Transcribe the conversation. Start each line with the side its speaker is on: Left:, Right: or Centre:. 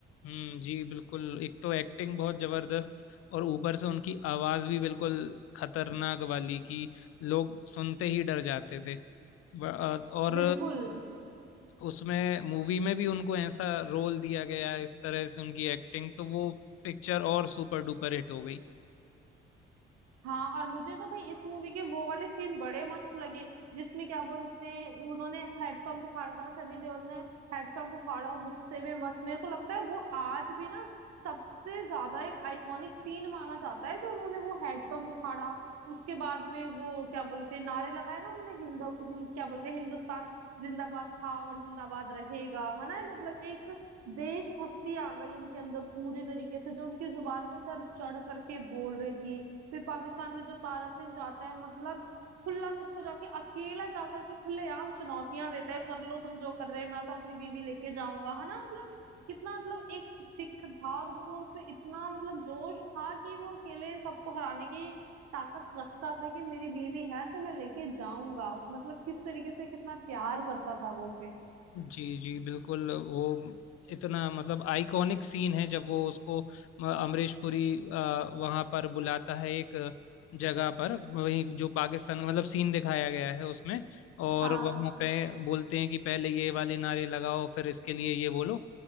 Left: हम्म जी बिल्कुल एक तो एक्टिंग बहुत जबरदस्त और ऊपर से उनकी आवाज भी बिल्कुल खतरनाक वाली कि लोग सुनते ही डर जाते थे ब- और
Right: बिल्कुल
Left: उसमें मूवी में भी उनको ऐसा रोल दिया गया है इस तरह से उनकी एक्टिंग तो वो पिक्चर और सुपर डुपर हिट हो गई
Right: हाँ और मुझे तो भाई इस मूवी के वो वाले सीन बड़े मस्त लगे जिसमें क्या बोलते हैं उन्होंने हेडपम्प उखाड़ा था सनी देओल ने हेडपम्प उखाड़ा गुस्से में मस्त मेरे को लगता है वो आज भी ना सबसे ज्यादा एक आइकॉनिक सीन माना जाता है जो उन्होंने वो हेडपम्प उखाड़ा उसके बाद में वो क्या बोलते हैं नारे लगाए ना उन्होंने हिंद, हिंद क्या बोलते हैं हिंदुस्तान जिंदाबाद था और जिंदाबाद रहेगा है ना मतलब एक देशभक्ति आ गई उनके अंदर पूरी तरीके से जो उनकी जुबान पे सर चढ़ करके बोल रही थी फिर पाकिस्तान में जो तारा सिंह जाता है मतलब खुला सबको जाके अकेला जाकर के खुलेआम चुनौतियां देता है कर लो तुम जो कर रहे हो मैं तो अपनी बीवी लेके जाऊंगा है ना मतलब कितना मतलब एक सिख था और मतलब उसमें इतना मतलब जोश था कि वो अकेले सबको हराने की ताकत रखता था कि मेरी बीवी है तो मैं लेके जाऊंगा मतलब किस तरीके से कितना प्यार करता था वो उसे
Left: जी जी बिल्कुल वो इतना मतलब आइकॉनिक सीन है जब वो उसको अ, अमरीश पुरी वहां पर बुलाता है एक जगह पर वही जो पाकिस्तान का मतलब सीन दिखाया गया है उसमें और
Right: हाँ
Left: वहां पे बोलते हैं कि पहले ये वाले नारे लगाओ फिर इसके लिए ये बोलो